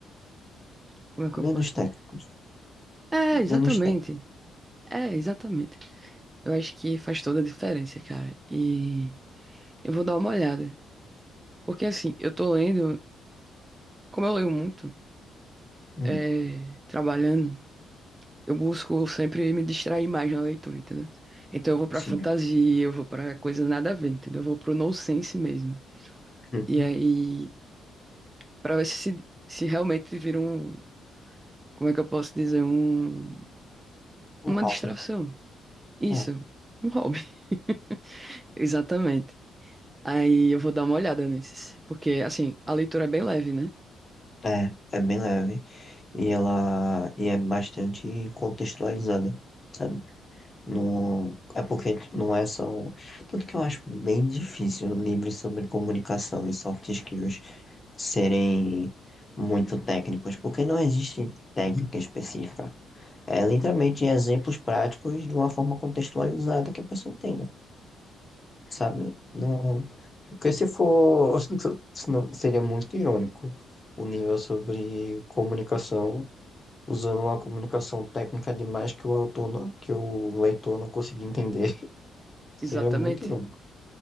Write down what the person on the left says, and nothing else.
Menos
técnicos.
Menos técnicos.
Hum,
sim.
Uhum.
O
hobby.
Ah.
É, é bem leve. E ela e é bastante contextualizada, sabe? Não, é porque não é só. um, Tanto que eu acho bem difícil livros sobre comunicação e soft skills serem muito técnicos, porque não existe técnica específica. É literalmente exemplos práticos de uma forma contextualizada que a pessoa entenda sabe? Não, porque se for, <laughs> senão seria muito irônico o nível sobre comunicação, usando uma comunicação técnica demais que o autor não, que o leitor não conseguia entender. <laughs> Seria
muito irônico.